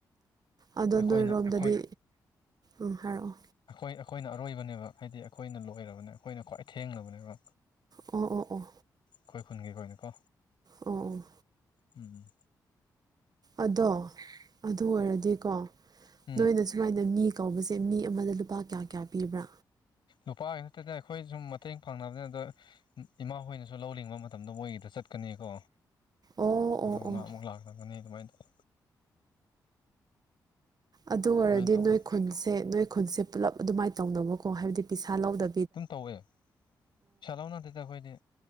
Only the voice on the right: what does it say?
ꯑꯗꯣ
ꯅꯣꯏꯔꯣꯝꯗꯗꯤ
ꯎꯝ ꯍꯥꯏꯔꯛꯑꯣ꯫
ꯑꯣ ꯑꯣ ꯑꯣ꯫
ꯑꯣ ꯑꯣ꯫
ꯑꯗꯣ ꯑꯗꯨ ꯑꯣꯏꯔꯗꯤꯀꯣ
ꯅꯣꯏꯅꯁ ꯁꯨꯃꯥꯏꯅ ꯃꯤ ꯀꯧꯕꯁꯦ ꯃꯤ ꯑꯃꯗ ꯂꯨꯄꯥ ꯀꯌꯥ-ꯀꯌꯥ ꯄꯤꯕ꯭ꯔꯥ꯫
ꯑꯣ
ꯑꯣ ꯑꯣ
ꯑꯗꯨ ꯑꯣꯏꯔꯗꯤ
ꯅꯣꯏ ꯈꯨꯟꯁꯦ ꯅꯣꯏ ꯈꯨꯟꯁꯦ ꯄꯨꯜꯂꯞ ꯑꯗꯨꯃꯥꯏꯅ ꯇꯧꯅꯕꯀꯣ ꯍꯥꯏꯕꯗꯤ ꯄꯩꯁꯥ ꯂꯧꯗ